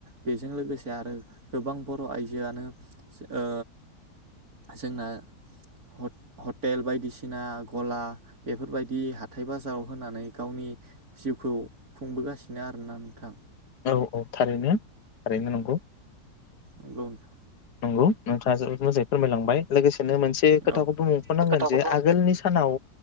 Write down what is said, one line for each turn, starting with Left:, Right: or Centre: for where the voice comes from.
Right: बेजों लोगोसे आरो गोबां बर' आइजोआनो ओ जोंना हट हटेल बायदिसिना गला बेफोरबायदि हाथाइ बाजाव होनानै गावनि जिउखौ खुंबोगासिनो आरोना नोंथां।
Left: औ औ थारैनो थारैनो नंगौ।
Right: औ नोंथां।
Left: नंगौ नोंथाङा जोबोद मोजायै फोरमायलांबाय लोगोसे नो मोनसे खोथाखौबो
Right: औ
Left: मुंख'नांगोन
Right: खोथाखौ
Left: जे
Right: बुं
Left: आगोलनि सानाव